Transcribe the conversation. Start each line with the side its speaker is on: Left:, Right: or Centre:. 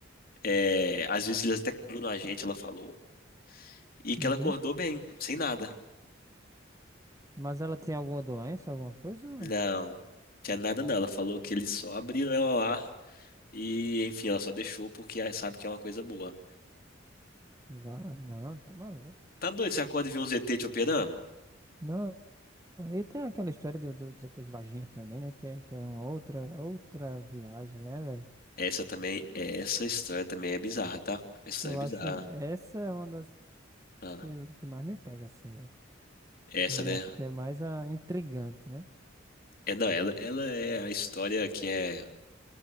Left: É, às vezes eles até curam a gente, ela falou. E que
Right: uhum.
Left: ela acordou bem, sem nada.
Right: Mas ela tem alguma doença, alguma coisa? ou-
Left: Não, tinha nada não. Ela falou que eles só abriram ela lá e, enfim, ela só deixou porque ela sabe que é uma coisa boa.
Right: Vá, não, tá maluco.
Left: Tá doido, você acorda e vê um ZT te operando?
Right: Não, e tem aquela história do, do, dos ETs vaginha também, né? Que é, que é uma outra, outra viagem, né, velho?
Left: Essa também, essa história também é bizarra, tá? Essa história
Right: Que eu
Left: é bizarra.
Right: acho, essa é uma das
Left: Ah,
Right: que, eu- que mais me pega, assim, velho.
Left: essa,
Right: Que eu
Left: né?
Right: acho que é mais a intrigante, né?
Left: É, não, ela, ela é a história que é,